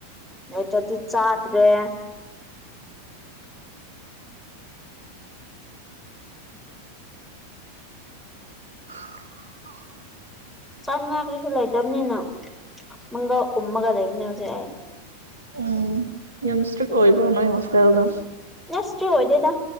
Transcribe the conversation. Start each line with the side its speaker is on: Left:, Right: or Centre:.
Centre: ꯂꯩꯇ꯭ꯔꯗꯤ ꯆꯥꯗ꯭ꯔꯦ
Right: <unintelligible>
Centre: ꯆꯥꯅꯤꯉꯥꯏ ꯀꯔꯤꯁꯨ ꯂꯩꯇꯕꯅꯤꯅ ꯃꯪꯒ ꯎꯨꯝꯃꯒ ꯂꯩꯕꯅꯦ ꯍꯧꯖꯤꯛ ꯑꯩ
Right: ꯎꯝ ꯌꯥꯝꯦꯝꯁꯇ ꯀ ꯑꯣꯏꯕ꯭ꯔꯣ ꯅꯣꯏ ꯍꯣꯁꯇꯦꯜꯗ
Centre: ꯅꯁ ꯑꯣꯏꯣꯏꯗꯦꯗ